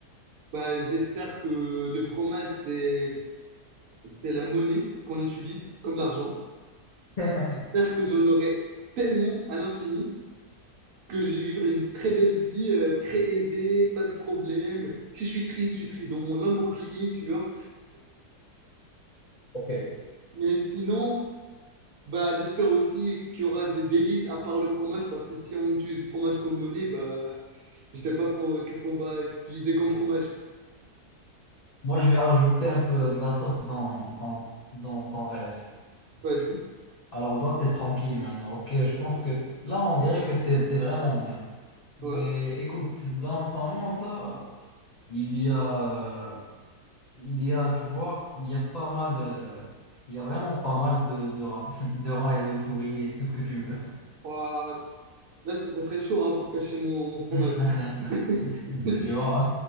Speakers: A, on the right (about 65°); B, on the left (about 80°).
A: bah, j'espère que le fromage, c'est, c'est la monnaie qu'on utilise comme l'argent.
B: <laughs>
A: J'espère que j'en aurai tellement à l'infini que je vais vivre une très belle vie, euh, très aisée, pas de problème. Si je suis triste, je suis triste dans mon Lamborghini, tu vois.
B: Ok.
A: Mais sinon, bah, j'espère aussi qu'il y aura des délices à part le fromage parce que si on utilise le fromage comme monnaie, bah, je sais pas qu'on- qu'est-ce qu'on va utiliser comme fromage.
B: Moi, je vais ajouter un peu de la sauce dans, dans, dans ton rêve.
A: Vas-y.
B: Alors, toi, t'es tranquille maintenant, ok? Je pense que là, on dirait que t'es, t'es vraiment bien. Mais
A: Ouais.
B: écoute, dans ton monde, là, il y a... euh, Il y a, tu vois, il y a pas mal, euh, il y a vraiment pas mal de, de rats, <laughs> de rats et de souris et tout ce que tu veux.
A: Ouah. Là, c- ça serait chaud hein, pour cacher mon, mon fromage.
B: <laughs>
A: <laughs>
B: Tu vois?